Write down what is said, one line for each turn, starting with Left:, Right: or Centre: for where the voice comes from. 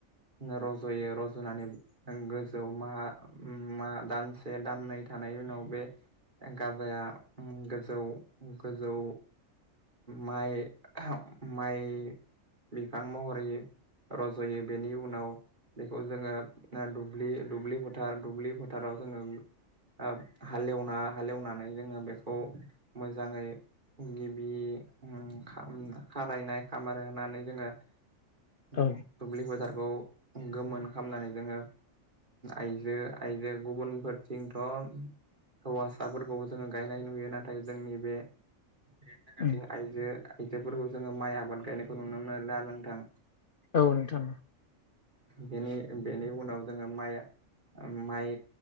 Right: नो रज'यो। जनानै गोजौ मा-मा दानसे दाननै थानाय उनाव बे गाजाया उम गोजौ गोजौ माइ माइ बिफां महरै रज'यो बेनि उनाव बे बेखौ जोङो दुब्लि दुब्लि फोथार दुब्लि फोथाराव जोङो ओ हालेवना हालेवनानै जोङो बेखौ मोजांङै गिब बि उम खा खारायनाय खामार होनानै जोङो उम
Left: औ
Right: दुब्लि फोथारखौ गोमोन खालामनानै जोङो आइजो आइजो गुबुनफोरथिंथ' हौवासाफोरखौबो जोङो गायनाय नुयो नाथाय जोंनि बे बेरैनोगाथिं
Left: उम
Right: आइजो आइजोफोरखौ जोङो माइ आबाद गायनायखौ नुनो मोना नोंथां
Left: औ नोंथां।
Right: बेनि बेनि उनाव जोङो माइ माइ